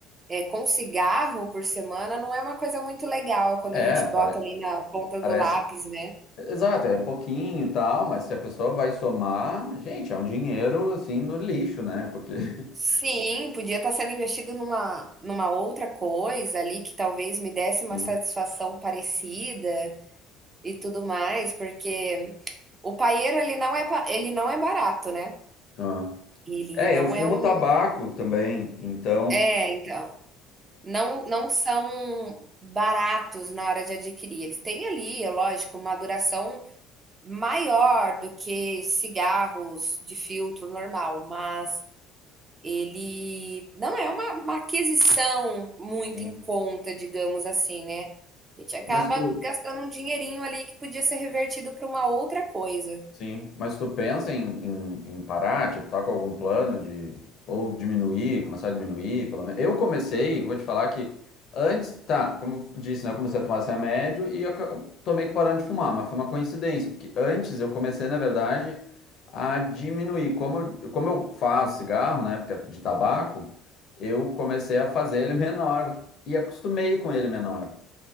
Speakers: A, on the right (about 30°); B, on the left (about 50°).
A: é, com cigarro por semana, não é uma coisa muito legal quando
B: É,
A: a gente
B: pare-
A: bota ali na ponta
B: parece.
A: do lápis, né?
B: Exato, é pouquinho e tal, mas se a pessoa vai somar, gente, é um dinheiro assim no lixo, né? Porque. <laughs>
A: Sim, podia estar sendo investido numa, numa outra coisa ali que talvez me desse uma
B: Sim.
A: satisfação parecida e tudo mais, porque o paieiro ele não é, pa- ele não é barato, né?
B: Ah.
A: Ele
B: É,
A: não
B: eu fumo
A: é um.
B: tabaco também, então.
A: É, então. Não, não são baratos na hora de adquirir. Eles têm ali, é lógico, uma duração maior do que cigarros de filtro normal, mas ele não é uma, uma aquisição muito
B: Sim.
A: em conta, digamos assim, né? A gente acaba
B: Mas tu,
A: gastando um dinheirinho ali que podia ser revertido para uma outra coisa.
B: Sim, mas tu pensa em, em, em parar, tipo, tá com algum plano de ou diminuir, começar a diminuir, pelo menos. Eu comecei, vou te falar que antes, tá, como eu disse, né, eu comecei a tomar esse remédio e eu ca- tô meio que parando de fumar, mas foi uma coincidência, porque antes eu comecei, na verdade, a diminuir. Como eu, como eu faço cigarro, né, porque é de tabaco, eu comecei a fazer ele menor e acostumei com ele menor,